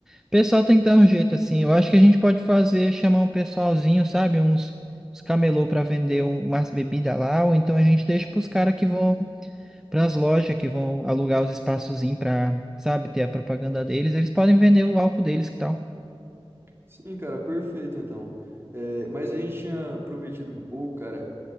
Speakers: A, in the centre; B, on the right (about 25°).
A: O pessoal tem que dar um jeito, assim. Eu acho que a gente pode fazer, chamar um pessoalzinho, sabe? Uns, uns camelô para vender um- umas bebidas lá, ou então a gente deixa pros caras que vão, pras lojas que vão alugar os espaçozinhos pra, sabe, ter a propaganda deles. Eles podem vender o álcool deles, que tal?
B: Sim, cara, perfeito então. É, mas a gente tinha prometido um pouco, cara,